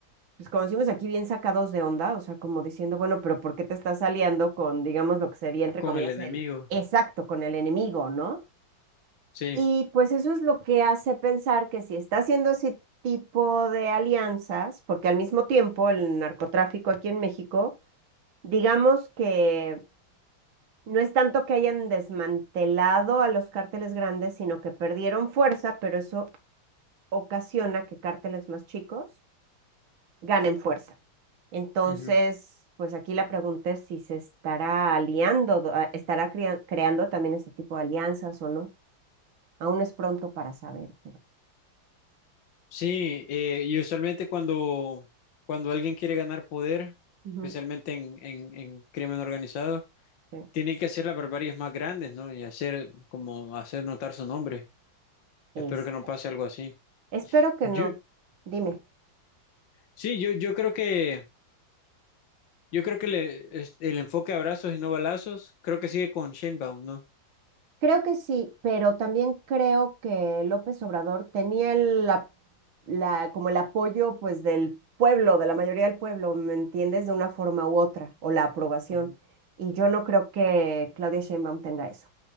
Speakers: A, on the right; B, on the left.
A: pues como decimos aquí, bien sacados de onda, o sea, como diciendo, bueno, pero ¿por qué te estás aliando con, digamos, lo que sería, entre
B: con
A: comillas,
B: el enemigo,
A: el exacto, con el enemigo, ¿no?
B: sí,
A: Y pues eso es lo que hace pensar que si está haciendo ese tipo de alianzas, porque al mismo tiempo el narcotráfico aquí en México, digamos que... No es tanto que hayan desmantelado a los cárteles grandes, sino que perdieron fuerza, pero eso ocasiona que cárteles más chicos ganen fuerza. Entonces,
B: ujú.
A: pues aquí la pregunta es si se estará aliando, a- estará crea- creando también ese tipo de alianzas o no. Aún es pronto para saber, pero
B: Sí, eh, y usualmente cuando, cuando alguien quiere ganar poder,
A: ujú,
B: especialmente en, en, en crimen organizado,
A: sí.
B: tiene que hacer las barbaries más grandes, ¿no? Y hacer, como hacer notar su nombre.
A: Este,
B: Espero que no pase algo así.
A: espero que
B: Yo,
A: no. Dime.
B: sí, yo, yo creo que, yo creo que le- es- el enfoque abrazos y no balazos, creo que sigue con Shenbaum, ¿no?
A: Creo que sí, pero también creo que López Obrador tenía el ap- la, como el apoyo pues del pueblo, de la mayoría del pueblo, ¿me entiendes? De una forma u otra, o la aprobación.
B: Ujú,
A: Y yo no creo que Claudia Sheinbaum tenga eso.